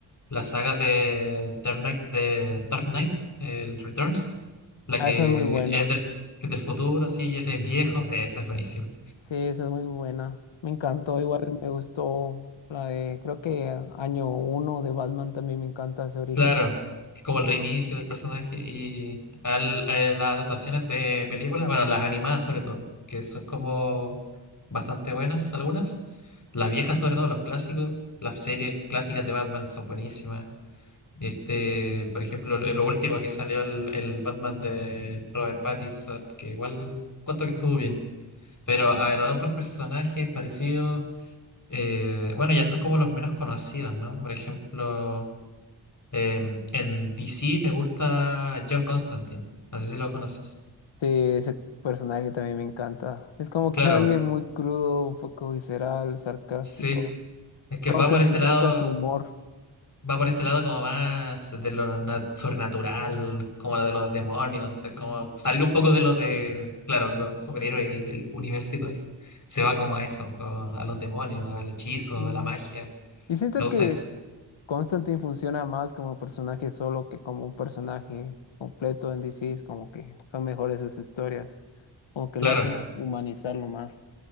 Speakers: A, on the left; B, on the left.
A: la saga de Dark Knight, de Dark Knight, el Returns. La
B: Ah,
A: que
B: esa es muy buena.
A: es del, que es del futuro, así, y es de viejo. Esa es buenísima.
B: Sí, esa es muy buena. Me encantó, igual me gustó la de, creo que año uno de Batman también me encanta ese origen.
A: Claro, es como el reinicio del personaje y al- eh, las adaptaciones de películas, bueno, las animadas sobre todo, que son como bastante buenas algunas. Las viejas sobre todo, los clásicos, las series clásicas de Batman son buenísimas. Este, por ejemplo, lo lo último que salió el, el Batman de Robert Pattinson, que igual cuento que estuvo bien. Pero a ver, otros personajes parecidos, eh, bueno, ya son como los menos conocidos, ¿no? Por ejemplo... Eh, en DC me gusta John Constantine. No sé si lo conoces.
B: Sí, ese personaje también me encanta. Es como
A: Claro,
B: que <laughs> alguien muy crudo, un poco visceral, sarcástico.
A: sí. Es que
B: Como
A: va
B: que
A: por
B: me
A: ese
B: encanta
A: lado,
B: su humor.
A: va por ese lado como más de lo na- sobrenatural, como de los demonios. Es como salir un poco de lo de, claro, los superhéroes, el, el universo y todo eso. Se va como a eso, como a los demonios, al hechizo,
B: Mm.
A: a la magia.
B: Y siento
A: Me gusta
B: que
A: eso.
B: Constantine funciona más como personaje solo que como un personaje completo en DC. Es como que son mejores sus historias. Como que
A: Claro,
B: lo hacen humanizarlo más.